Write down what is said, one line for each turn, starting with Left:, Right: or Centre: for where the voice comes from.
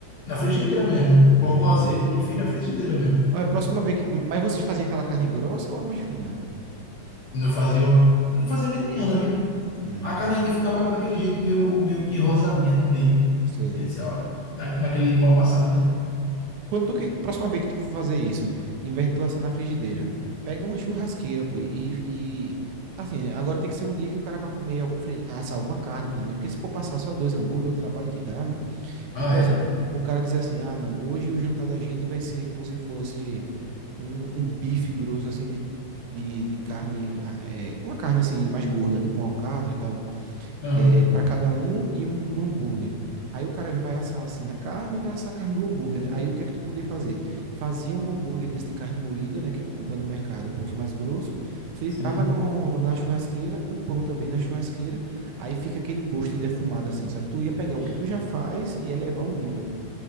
Left: na frigideira mesmo.
Right: Ah,
Left: Colocou
Right: entendi.
Left: azeite e fez na frigideira mesmo.
Right: Olha, a próxima vez que... Mas vocês faziam aquela carne grossa ou a mais fina?
Left: Não fazia, uma- não fazia mediana, viu?
Right: Hum,
Left: A carne ainda ficava daquele jeito meio, meio que rosadinha no meio.
Right: sei.
Left: Esse, ó, na- naquele mal passado, né?
Right: Quando tu que, próxima vez que tu for fazer isso, em vez de tu assar na frigideira, pega uma churrasqueira, pô, e, e assim, agora tem que ser um dia que o cara vai comer, algum- fri- assar alguma carne também, porque se for passar só dois hambúrguer, o trabalho que dá, né?
Left: Ah,
Right: Mas, por
Left: é.
Right: exemplo, o cara dizer assim, ah, não, hoje o jantar da gente vai ser como se fosse um, um bife grosso, assim, de, de, de carne, ah, é, uma carne, assim, mais gorda, tipo um alcatra tal,
Left: Aham.
Right: é, para cada um e um, um hambúrguer. Aí o cara vai assar assim a carne e vai assar a carne do hambúrguer. Aí o que é que tu podia fazer? Fazia um hambúrguer desse de carne moída, né, que tu compra no mercado, um pouquinho mais grosso, fritava
Left: Sim.
Right: no, na churrasqueira, o pão também na churrasqueira, aí fica aquele gosto de defumado assim, sabe? Tu ia pegar
Left: Eita.
Right: o que tu já faz e elevar o nível.